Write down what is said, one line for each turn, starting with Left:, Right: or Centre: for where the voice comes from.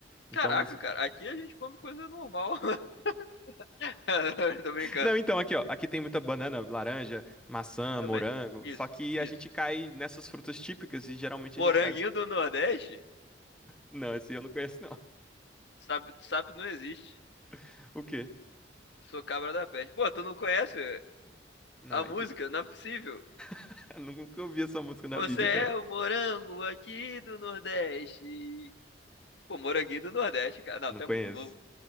Centre: Então,
Left: Caraca,
Centre: assim.
Left: cara, aqui a gente come coisa normal. <laughs> Tô brincando.
Centre: Não, então, aqui, ó. Aqui tem muita banana, laranja, maçã,
Left: Também.
Centre: morango.
Left: Isso,
Centre: Só que
Left: isso.
Centre: a gente cai nessas frutas típicas e geralmente
Left: Moranguinho
Centre: a gente faz.
Left: do Nordeste?
Centre: Não, esse eu não conheço, não.
Left: Sabe, sabe não existe.
Centre: <laughs> O quê?
Left: Sou cabra da peste. Pô, tu não conhece
Centre: Não,
Left: a
Centre: aí
Left: música?
Centre: tu.
Left: Não é possível.
Centre: <laughs> Eu nunca ouvi essa música na
Left: Você
Centre: vida,
Left: é
Centre: cara.
Left: o morango aqui do Nordeste. Pô, moranguinho do Nordeste, cara. Não,
Centre: Não
Left: tu
Centre: conheço.
Left: é muito novo.